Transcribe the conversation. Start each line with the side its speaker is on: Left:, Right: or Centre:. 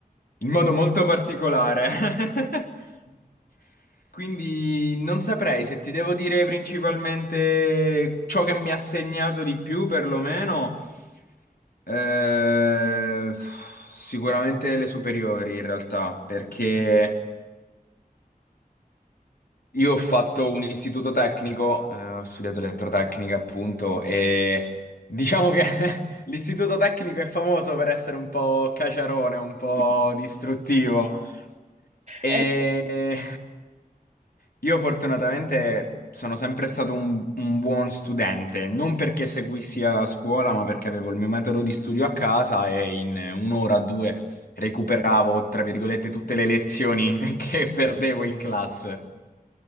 Left: in modo molto particolare. <laughs> Quindi non saprei se ti devo dire principalmente ciò che mi ha segnato di più, perlomeno, eh, sicuramente le superiori in realtà, perché Io ho fatto un istituto tecnico, eh, ho studiato elettrotecnica appunto e diciamo che <laughs> l'istituto tecnico è famoso per essere un po' caciarone, un po'
Right: <laughs>
Left: distruttivo e
Right: Eh, s-
Left: io fortunatamente sono sempre stato un, un buon studente, non perché seguissi a scuola, ma perché avevo il mio metodo di studio a casa e in un'ora o due recuperavo, tra virgolette, tutte le lezioni <laughs> che perdevo in classe.